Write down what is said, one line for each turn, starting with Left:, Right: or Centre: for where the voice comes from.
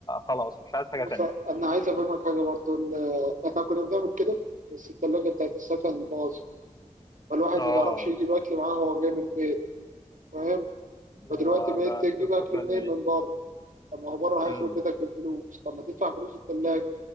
Left: خلاص مش عايز حاجة
Right: بص
Left: تانية
Right: انا عايز افهمك حاجه برضه ال- احنا كنا بنعمل كده بس التلاجه بتاعت السكن باظت فالواحد
Left: اه
Right: ما بيعرفش يجيب اكل معاه هو جاي من البيت فاهم
Left: ده
Right: فدلوقتي بقيت
Left: ده
Right: تجيب
Left: قصة
Right: اكل
Left: تانية
Right: منين
Left: دي
Right: من بره طب ما هو بره
Left: مم.
Right: هيخرب بيتك في الفلوس طب ما تدفع فلوس التلاجه